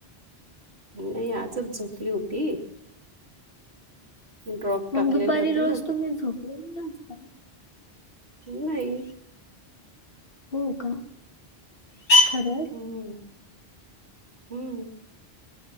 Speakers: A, on the right; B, on the left.
A: नाय आजच झोपली होती. ड्रॉप
B: मग
A: टाकलेले
B: दुपारी
A: होते
B: रोज
A: ना
B: तुम्ही झोपलेले नसता?
A: नाई.
B: हो का खरं?
A: हम्म हम्म.